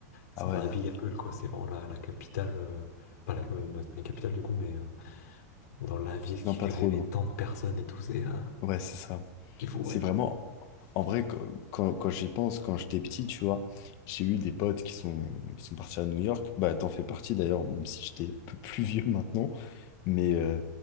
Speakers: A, on the left (about 70°); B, on the left (about 40°).
A: c'est
B: Ah ouais,
A: dans la
B: là.
A: Big Apple, quoi. C'est vraiment la, la capitale. euh, pas la, euh, bah, c'est pas la capitale, du coup, mais euh, dans la ville qui
B: Non, pas
A: fait
B: trop,
A: rêver
B: non.
A: tant de personnes et tout, c'est euh,
B: Ouais, c'est ça.
A: c'est fou,
B: C'est
A: ouais.
B: vraiment, en vrai, qu- quand, quand j'y pense, quand j'étais petit, tu vois, j'ai eu des potes qui sont, qui sont partis à New York. Bah, t'en fais partie d'ailleurs, même si j'étais un peu plus vieux <laughs> maintenant. Mais euh,